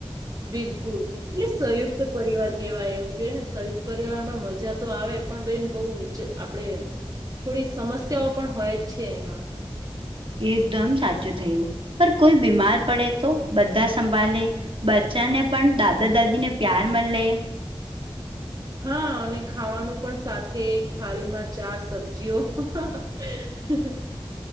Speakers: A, on the right; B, on the right.
A: બિલકુલ. એટલે સંયુક્ત પરિવાર કેવાય એવું કે ને સંયુક્ત પરિવારમાં મજા તો આવે પણ બેન બહુ વિચ આપણેે થોડી સમસ્યાઓ પણ હોય જ છે એમાં
B: એકદમ સાચું થયું પણ કોઈ બીમાર પડે તો બધા સંભાળ લે બચ્ચાને પણ દાદા દાદીને પ્યાર મલે
A: હા અને ખાવાનું પણ સાથે એક થાળીમાં ચાર સબ્જીઓ <inaudible>